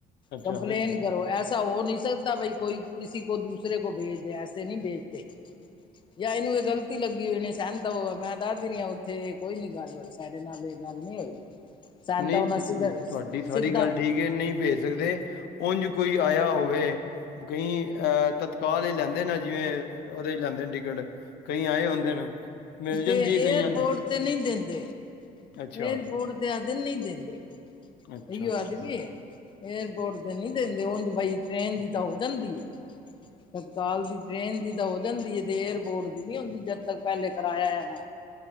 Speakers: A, on the left; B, on the left.
A: ਅੱਛਾ
B: ਕੰਪਲੇਨ
A: ਫਿਰ
B: ਕਰੋ ਐਸ ਤਾਂ ਹੋ ਨਹੀਂ ਸਕਦਾ, ਬਾਈ ਕੋਈ ਕਿਸੀ ਕੋ ਦੂਸਰੇ ਕੋ ਭੇਜ ਦੇ ਐਸੇ ਨਹੀਂ ਭੇਜਦੇ। ਜਾਂ ਇਹਨੂੰ ਇਹ ਗਲਤੀ ਲੱਗੀ, ਹੋਈ ਨੇ ਸਹਿਮ ਮੈਂ ਦੱਸਦੀ ਰਹੀ ਆ, ਉੱਥੇ ਕੋਈ ਨੀ ਗੱਲ ਹੋਈ ਸਾਡੇ ਨਾਲ ਇਹ ਗੱਲ ਨਹੀਂ ਹੋਈ ਸੈਂਤਾ
A: ਨਹੀਂ
B: ਹੋਣਾ ਸੀਗਾ
A: ਤੁਹਾਡੀ ਸਾਰੀ
B: ਸਿੱਧਾ।
A: ਗੱਲ ਠੀਕ ਨਹੀਂ ਭੇਜ ਸਕਦੇ, ਉਝ ਕੋਈ ਆਇਆ ਹੋਵੇ। ਕਈ ਅਹ ਤਤਕਾਲ ਲਈ ਲੈਂਦੇ ਨੇ, ਜਿਵੇਂ ਉਹਦੇ ਲੈਂਦੇ ਨੇ ਟਿਕਟ। ਕਈ ਆਏ ਹੁੰਦੇ ਨੇ। ਮਿਲ ਜਾਂਦੀ
B: ਤੇ
A: ਹੈ
B: ਏਅਰਪੋਰਟ
A: ਕਈਆਂ ਨੂੰ
B: ਤੇ ਨਹੀਂ ਦਿੰਦੇ,
A: ਅੱਛਾ
B: ਏਰਪੋਰਟ ਤੇ ਆਖਦੇ ਨਹੀਂ ਦਿੰਦੇ।
A: ਅੱਛਾ
B: ਇਹੀਓ
A: ਅੱਛਾ
B: ਆਦਮੀ ਏਅਰਪੋਰਟ ਤੇ ਨਹੀਂ ਦਿੰਦੇ, ਉਹ ਬਾਈ ਟ੍ਰੇਨ ਦੀ ਤਾਂ ਹੋ ਜਾਂਦੀ। ਤਤਕਾਲ ਦੀ ਟ੍ਰੇਨ ਦੀ ਤਾਂ ਹੋ ਜਾਂਦੀ ਹੈ, ਤੇ ਏਅਰਪੋਰਟ ਦੀ ਨੀ ਹੁੰਦੀ, ਜਦ ਤੱਕ ਪਹਿਲੇ ਕਰਇਆ ਨਾ,